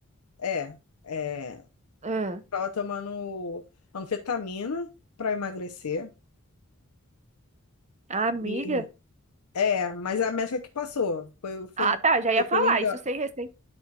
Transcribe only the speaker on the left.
é, é,
tava tomando anfetamina pra emagrecer
e é, mas a médica que passou, foi foi
foi
pelo endó-